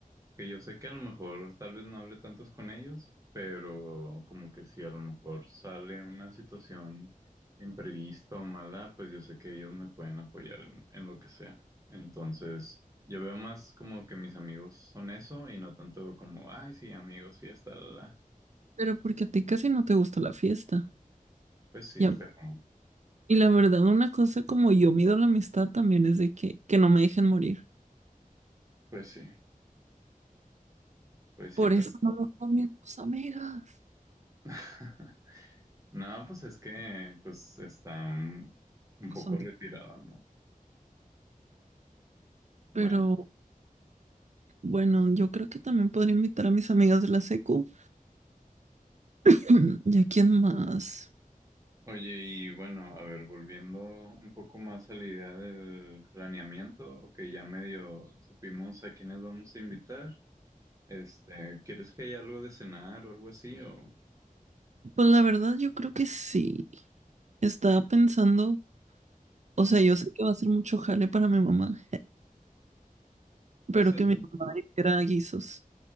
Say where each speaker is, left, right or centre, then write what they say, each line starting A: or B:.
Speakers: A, on the right; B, on the right.
A: Que yo sé que a lo mejor tal vez no hable tantos con ellos, pero como que si a lo mejor sale una situación imprevista o mala, pues yo sé que ellos me pueden apoyar en, en lo que sea. Entonces, yo veo más como que mis amigos son eso y no tanto como, ay, sí, amigos, fiesta, la, la.
B: Pero porque a ti casi no te gusta la fiesta.
A: Pues sí,
B: Y, a-
A: pero,
B: y la verdad, una cosa como yo mido la amistad también es de que, que no me dejen morir.
A: pues sí, pues
B: Por
A: sí, pero...
B: eso no me con mis tus amigas.
A: <laughs> No, pues es que, pues está un, un poco
B: No son
A: retirado,
B: tu-
A: amor. Bueno.
B: Pero bueno, yo creo que también podría invitar a mis amigas de la secu. <clears throat> ¿Y a quién más?
A: Oye, y bueno, a ver, volviendo un poco más a la idea del planeamiento, que ya medio supimos a quiénes vamos a invitar, este, ¿quieres que haya algo de cenar o algo así? O
B: Pues la verdad, yo creo que sí. Estaba pensando, o sea, yo sé que va a ser mucho jale para mi mamá,
A: pues
B: pero
A: al-
B: que mi mamá hiciera guisos.